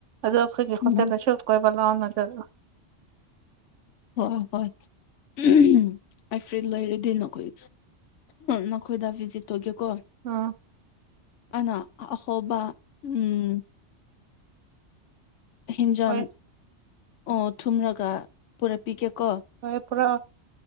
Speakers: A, on the right; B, on the left.
A: ꯑꯗꯣ ꯑꯩꯈꯣꯏꯒꯤ
B: ꯎꯝ
A: ꯍꯣꯁꯇꯦꯜꯗꯁꯨ ꯀꯣꯏꯕ ꯂꯥꯛꯑꯣꯗꯅ
B: ꯍꯣꯏ ꯍꯣꯏ ꯎꯝ ꯑꯩ ꯐ꯭ꯔꯤ ꯂꯩꯔꯗꯤ ꯅꯈꯣꯏ ꯅꯈꯣꯏꯗ ꯚꯤꯖꯤꯠ ꯇꯧꯒꯦꯀꯣ
A: ꯑꯥ
B: ꯑꯩꯅ ꯑꯍꯧꯕ ꯎꯝ ꯏꯟꯖꯥꯡ
A: ꯍꯣꯏ
B: ꯑꯣ ꯊꯣꯡꯉꯒ ꯄꯨꯔꯛꯄꯤꯒꯦ ꯀꯣ
A: ꯍꯣꯏ ꯄꯨꯔꯛꯑꯣ